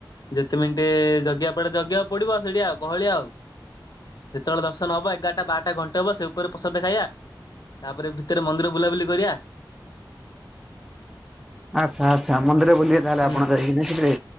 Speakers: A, on the left (about 60°); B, in the centre.
A: ଯେତେ ମିନିଟ ଜଗିବା ପଡା ଜଗିବାକୁ ପଡିବ ସେଠି ଆଉ ଗହଳିଆ ଆଉ। ଯେତେବେଳେ ଦର୍ଶନ ହବ ଏଗାରଟା ବାରଟା ଘଣ୍ଟେ ହବ ସେ ଉପରେ ପ୍ରସାଦ ଖାଇବା। ତାପରେ ଭିତରେ ମନ୍ଦିର ବୁଲାବୁଲି କରିବା।
B: ଆଚଛା ଆଛା ମନ୍ଦ ବୁବେ ତାେଲେ
A: ହୁଁ
B: ଆପଣ ଯାଇକି ସେଥିରେ